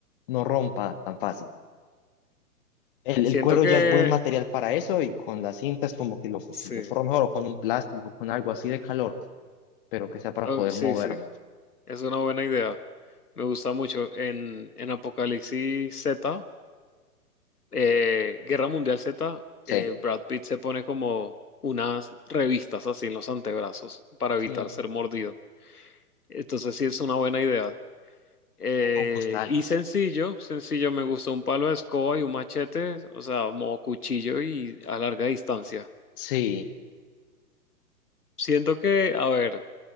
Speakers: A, on the left (about 35°); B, on the left (about 75°).
A: no rompa tan fácil. El,
B: Siento
A: el cuero
B: que...
A: ya es buen material para eso y con las cintas como que lo,
B: Sí,
A: lo forro mejor o con un plástico, con algo así de calor, pero que sea para
B: Oh,
A: poder
B: sí,
A: moverme.
B: sí. Es una buena idea. Me gusta mucho. En, en Apocalipsis Z, eh, Guerra Mundial Z,
A: Sí,
B: eh, Brad Pitt se pone como unas revistas así en los antebrazos para evitar
A: sí.
B: ser mordido. Entonces sí es una buena idea. Eh,
A: O con costales.
B: y sencillo, sencillo, me gusta un palo de escoba y un machete, o sea, modo cuchillo y a larga distancia.
A: Sí,
B: Siento que, a ver,